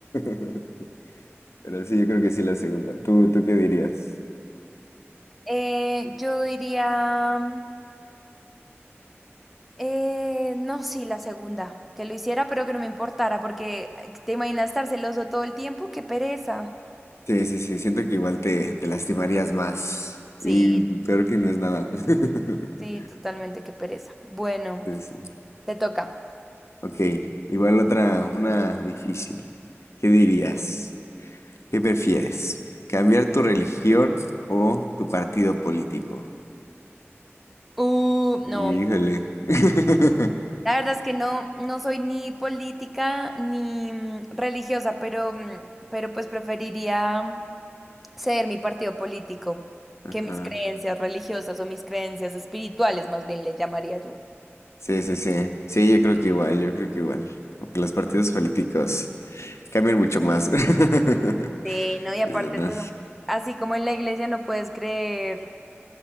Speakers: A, on the left; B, in the centre.
A: <laughs> Pero sí, yo creo que sí la segunda. ¿Tú, tú qué dirías?
B: Eh, yo diría. Eh, no, sí, la segunda, que lo hiciera pero que no me importara, porque ay, te imaginas estar celoso todo el tiempo, qué pereza.
A: Sí, sí, sí, siento que igual te, te lastimarías más.
B: Sí,
A: Y peor que no es nada. <laughs>
B: sí, totalmente, qué pereza. Bueno,
A: Sí, sí.
B: te toca.
A: Ok, igual otra, una difícil. ¿Qué dirías? ¿Qué prefieres? ¿Cambiar tu religión o tu partido político?
B: Uh, no,
A: Híjole. <laughs>
B: la verdad es que no, no soy ni política ni mm, religiosa, pero, mm, pero pues preferiría ser mi partido político
A: Ajá.
B: que mis creencias religiosas o mis creencias espirituales, más bien le llamaría yo.
A: Sí, sí, sí. Sí, yo creo que igual, yo creo que igual. Aunque los partidos políticos cambian mucho más. <laughs>
B: Sí, no, y aparte
A: Eso, ¿no?
B: tú no, así como en la iglesia no puedes creer.